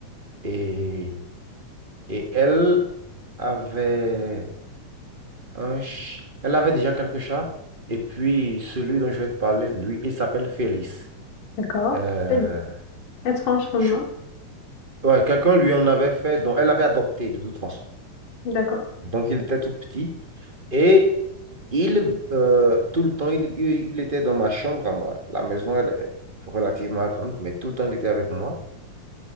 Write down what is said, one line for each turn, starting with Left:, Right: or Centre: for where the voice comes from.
Right: Et, et elle avait... un ch- Elle avait déjà quelques chats. Et puis, celui dont je vais te parler, lui, il s'appelle Félix.
Left: d'accord.
Right: Euh,
Left: Vas-y. Étrange comme
Right: je-
Left: nom.
Right: ouais, quelqu'un lui en avait fait, donc elle avait adopté de toute façon.
Left: D'accord.
Right: Donc, il était tout petit. Et il, euh, tout le temps, il, il- il était dans ma chambre à moi. La maison, elle est relativement grande, mais tout le temps, il était avec moi.